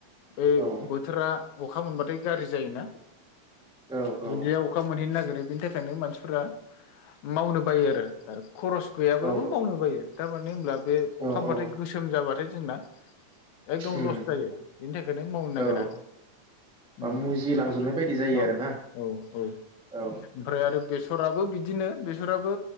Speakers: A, on the left; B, in the centre.
A: बे
B: औ
A: बथोरा अखा मोनबाथाय गाज्रि जायोना
B: औ
A: दुनदिया
B: औ
A: अखा मोनहैनो नागिरो बिनि थाखायनो मानसिफोरा मावनो बायो आरो खरस गैयाब्लाबो
B: औ
A: मावनो बायो थारमाने होनब्ला बे
B: औ
A: अ खामबाथाय
B: औ
A: गोसोम जाबाथाय जोंना एकदम
B: उम
A: लस जायो बेनि थाखायनो मावनो नागिरा
B: औ ओ
A: ओम
B: मुजिलांजोबनाय
A: आ
B: बायदि जायो
A: औ औ
B: आरोना
A: औ ओमफ्राय
B: औ
A: आरो बेस सराबो बिदिनो बेसराबो